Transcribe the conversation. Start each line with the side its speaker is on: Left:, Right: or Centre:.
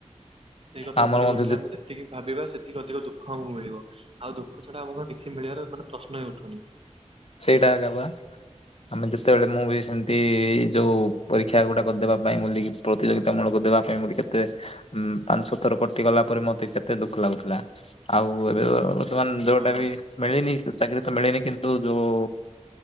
Right: ସେଇ କଥାକୁ
Left: ଆମର
Right: ଧରି
Left: ମଧ୍ୟ
Right: ବସିଲେ
Left: ଯେ
Right: ଆମେ ଯେତିକି ଭାବିବା ସେତ ଏତିକ ଏତିକ ଦୁଃଖ ଆମକୁ ମିଳିବ ଆଉ ଦୁଃଖ ଛଡା ଆମ କିଛି ମିଳିବାର ମାନେ ପ୍ରଶ୍ନ ହିଁ ଉଠୁନି।
Left: ସେଇଟା ଆଗେ ବା। ଆମେ ଯେତେ ବେଳେ ମୁଁ ବି ସେମତି ଯୋଉ ପରୀକ୍ଷା ଗୁଡାକ ଦେବା ପାଇଁ ଗଲି କି ପ୍ରତିଯୋଗିତା ମୂଳକ । ଦେବା ପାଇଁ ବୋଲି କେତେ ଉଁ ପାଞ୍ଚ ଛ ଥର କଟି ଗଲା ପରେ ମତେ କେତେ ଦୁଃଖ ଲାଗୁଥିଲା ଆଉ ଏବେ । ବର୍ତମାନ ଦେହ
Right: ହଁ।
Left: ଟା ବି ମିଳିନି ଚାକିରି ତ ମିଳିନି କିନ୍ତୁ । ଯୋଉ